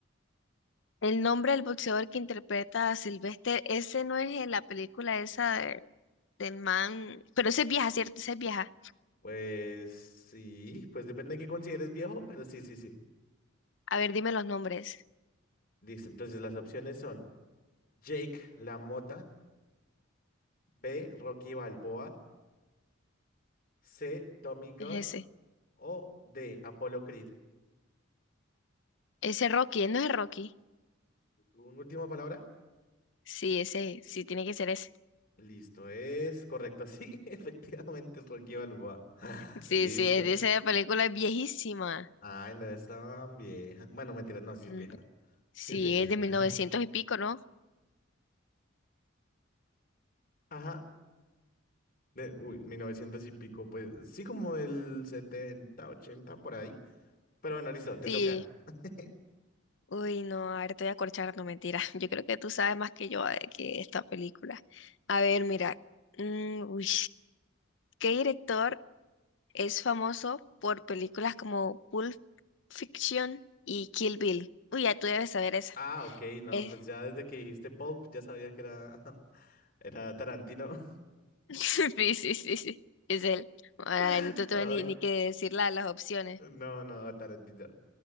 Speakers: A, on the left; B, on the left.
A: El nombre del boxeador que interpreta a Sylvester, ese no es en la película esa de- del man. Pero ese es vieja, ¿cierto? Ese es vieja.
B: Pues sí, pues depende de qué consideres viejo, pero sí, sí, sí.
A: A ver, dime los nombres.
B: Listo, entonces las opciones son Jake La Mota, B. Rocky Balboa, C. Tommy Gunn
A: Es ese.
B: o D. Apollo Creed.
A: Ese Rocky, él no es Rocky.
B: ¿Tu última palabra?
A: Sí, ese, sí, tiene que ser ese.
B: Listo, es correcto. Sí, <laughs> efectivamente es Rocky Balboa. <laughs>
A: Sí,
B: Listo.
A: sí, es de esa película es viejísima.
B: Ay, no es tan vieja. Bueno, mentira, no, sí es
A: Mm,
B: vieja.
A: Sí,
B: Sí es vieja,
A: es
B: sí
A: de
B: es vieja.
A: mil novecientos y pico, ¿no?
B: <laughs> Ajá. De, uy, 1900 y pico, pues sí, como el 70, 80 por ahí. Pero bueno, listo, te
A: Sí.
B: toca. <laughs>
A: Uy, no, a ver, te voy a corchar, no mentira. <laughs> Yo creo que tú sabes más que yo de que esta película. A ver, mira. mm, uy, ¿qué director es famoso por películas como Pulp Fiction y Kill Bill? Uy, ya tú debes saber esa.
B: Ah, ok, no,
A: Es-
B: pues ya desde que dijiste Pulp ya sabía que era, <laughs> era Tarantino.
A: <laughs> Sí, sí, sí, sí. Es él. Ay,
B: <laughs>
A: no te tengo
B: Ay,
A: ni, ni que decir la- las opciones.
B: no, no, Tarantino.